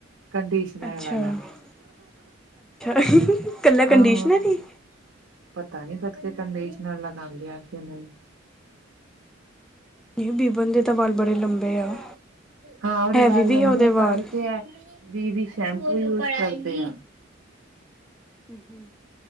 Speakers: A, on the right; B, in the centre.
A: ਕੰਡੀਸ਼ਨਸ਼ਨਰ
B: ਅੱਛਾ-ਅੱਛਾ
A: ਵਾਲਾ
B: ਇਕੱਲਾ ਕੰਡੀਸ਼ਨਰ
A: <inaudible>
B: ਹੀ
A: ਪਤਾ ਨੀ ਕੇ ਕੰਡੀਸ਼ਨਰ ਲਗਾਂਦੇ ਆ ਕੀ ਨਹੀ।
B: ਨਹੀਂ ਬੀਬਨ ਦੇ ਤਾਂ ਵਾਲ ਬੜੇ ਲੰਬੇ ਆ।
A: ਹਾਂ ਉਹਦੇ
B: ਹੈਵੀ
A: ਵਾਲ
B: ਵੀ
A: ਲੰਬੇ
B: ਉਹਦੇ
A: ਆ
B: ਵਾਲ
A: ਤਾਂ ਹੀ ਤੇ ਹੈ ਵੀ ਵੀ ਸ਼ੈਂਪੂ ਯੂਜ ਕਰਦੇ ਆ।
B: ਹੂੰ-ਹੂੰ,